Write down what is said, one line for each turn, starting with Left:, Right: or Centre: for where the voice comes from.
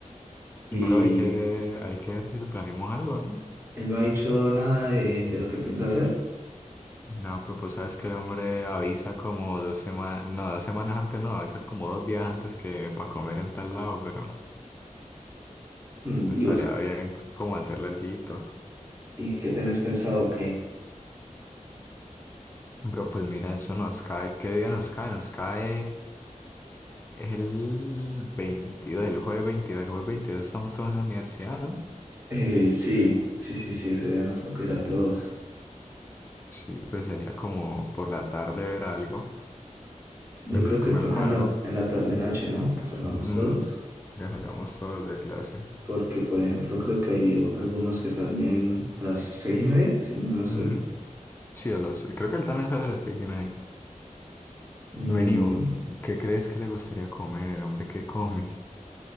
Right: Y
Left: Bro, hay que, hay que ver si le planeamos algo, ¿no?
Right: él no ha dicho nada de, de lo que piensa hacer.
Left: No, pues vos sabes que el hombre avisa como dos semanas, no, dos semanas antes, no, avisa como dos días antes que para comer en tal lado, pero
Right: Mm,
Left: estaría
Right: ¿Y vos?
Left: bien como hacerle alguito.
Right: ¿Y qué tenés pensado? ¿Qué?
Left: Bro, pues mira, eso nos cae, ¿qué día nos cae? Nos cae. Es el veintidós el jueves veintidós el jueves 22 estamos todos en la universidad, ¿no?
Right: Eh, sí, sí, sí, sí, ese día nos toca ir a todos.
Left: Sí, pues sería como por la tarde ver algo,
Right: Yo
Left: ver
Right: creo
Left: si comemos
Right: que toca
Left: algo.
Right: en la, en la tarde-noche, ¿no? Que salgamos
Left: Ujú.
Right: todos.
Left: Que salgamos todos de clase.
Right: Porque, por ejemplo, creo que hay algunos que salen a las seis y media, si no mal no estoy.
Left: Ujú. Sí, a las seis. Creo que él también sale a las seis y media.
Right: Mm,
Left: Vení, vos, ¿qué crees que le gustaría comer el hombre que come?